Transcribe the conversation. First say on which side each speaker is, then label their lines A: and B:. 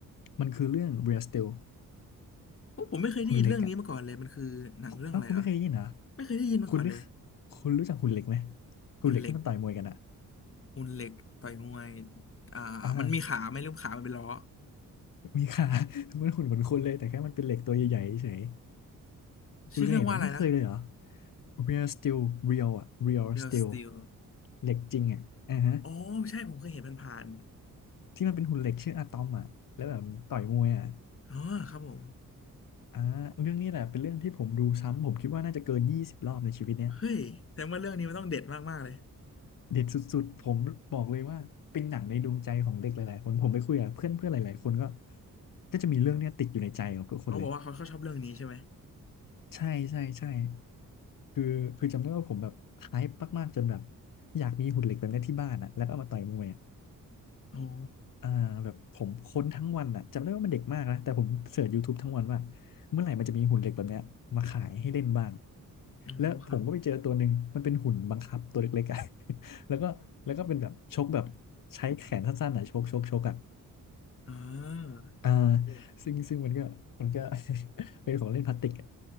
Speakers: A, on the left; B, on the left.
A: มันคือเรื่อง Real Steel
B: โอ้ผมไม่เคยได้ยินเรื่องนี้มาก่อนเลยมันคือหนังเรื่องอะไรเหรอ
A: คุณเล็กอ่ะอ้าวคุณไม่เคยได้ยินนะ
B: ไม่เคยได้ยินมาก่อนเลย
A: คุณนึกคุณรู้จักคุณเล็กไหมคุณเล็กที่มันต่อยมวยกันอ่ะ
B: หุ่นเหล็กหุ่นเหล็กต่อยมวยอ่ามันมีขาไหมหรือขามันเป็นล้อ
A: อ่ามีค่ะ <laughs> มันหุ่นเหมือนคนเลยแต่แค่มันเป็นเหล็กตัวใหญ่ๆเฉยคุณเคยเห็นไหมไม่เคยเลยเหรอ
B: ชื่อเรื่องว่าอะไรนะ
A: Real Steel Real อ่ะ Real
B: Real
A: Steel
B: Steel
A: เหล็กจริงอ่ะอ่าฮะ
B: อ๋อใช่ผมเคยเห็นมันผ่าน
A: ที่มันเป็นหุ่นเหล็กชื่ออะตอมอ่ะแล้วแบบมันต่อยมวยอ่ะ
B: ๆอ๋อครับผม
A: อ่าเรื่องนี้แหละเป็นเรื่องที่ผมดูซ้ำผมคิดว่าน่าจะเกินยี่สิบรอบในชีวิตเนี้ย
B: เฮ้ยแสดงว่าเรื่องนี้มันต้องเด็ดมากๆเลย
A: เด็ดสุดๆผมบอกเลยว่าเป็นหนังในดวงใจของเด็กหลายๆคนผมไปคุยกับเพื่อนเพื่อนหลายๆคนก็ก็จะมีเรื่องเนี้ยติดอยู่ในใจของทุกคนเลย
B: เขาบอกว่าเขาเขาชอบเรื่องนี้ใช่ไหม
A: ใช่ใช่ใช่คือคือจำได้ว่าผมแบบไฮป์มากๆจนแบบอยากมีหุ่นเหล็กแบบเนี้ยที่บ้านอ่ะแล้วก็เอามาต่อยมวย
B: โอ้
A: อ่าแบบผมค้นทั้งวันอ่ะจำได้ว่ามันเด็กมากนะแต่ผมเสิร์ช YouTube ทบทั้งวันว่าเมื่อไหร่มันจะมีหุ่นเหล็กแบบเนี้ยมาขายให้เล่นบ้าง
B: โอ้ครับ
A: แล้วผมก็ไปเจอตัวหนึ่งมันเป็นหุ่นบังคับตัวเล็กๆอ่ะ <laughs> แล้วก็แล้วก็เป็นแบบชกแบบใช้แขนสั้นๆอ่ะชกชกชกอ่ะ
B: อ่า
A: อ่า
B: เก่ง
A: ซึ่งซึ่งมันก็มันก็ <laughs> เป็นของเล่นพลาสติกอะ